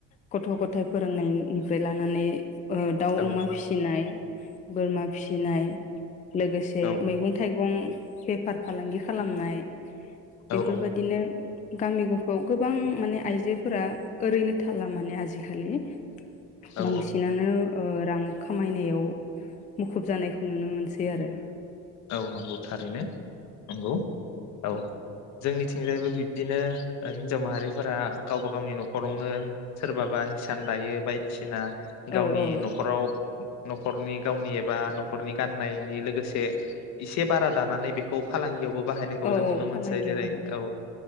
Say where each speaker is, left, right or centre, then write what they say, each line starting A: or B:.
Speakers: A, on the left; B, on the left.
A: गथ' गथाय फोरोंनाय निफ्राय ला नानै ओ दाउ
B: औ
A: अमा फिसिनाय बोरमा फिसिनाय लोगोसे
B: औ
A: मैगं थाइगं बेफार फालांगि खालामनाय बेफोरबादिनो
B: औ
A: गामि गफाव गोबां माने आइजोफोरा ओरैनो थाला माने आजिखालि।
B: औ
A: बांसिनानो ओ रां खामायनायाव मुखुब जानायखौ नुनो मोनसै आरो।
B: औ नंगौ थारैनो। नंगौ औ। जोंनिथिंजायबो बिब्दिनो हिनजाव माहारिफोरा गावबा गावनि नखरावनो सोरबाबा हिसान दायो बायदि बिसिना गावनि
A: औ औ
B: नखराव नखरनि गावनि एबा नखरनि गाननायनि लोगोसे इसे बारा दानानै बेखौ फालांगियावबो बाहायनायखौ
A: औ
B: जों
A: औ
B: नुनो मोनसै
A: फालांगियाव
B: जेरै
A: बाहाय
B: औ।